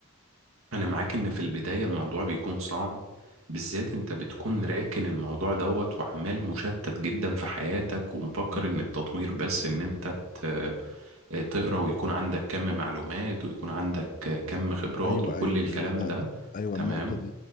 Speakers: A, on the right (about 65°); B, on the left (about 35°).
A: انا معاك ان في البداية الموضوع بيكون صعب بالذات انت بتكون راكن الموضوع دوت وعمال مشتت جدا في حياتك ومفكر
B: مم.
A: ان التطوير بس ان انت ت- تقرا ويكون عندك كم معلومات ويكون عندك كم خبرات
B: ايوه
A: وكل
B: ايوه
A: الكلام
B: ايوه ده
A: ده
B: ده- ايوه
A: تمام
B: النقطة دي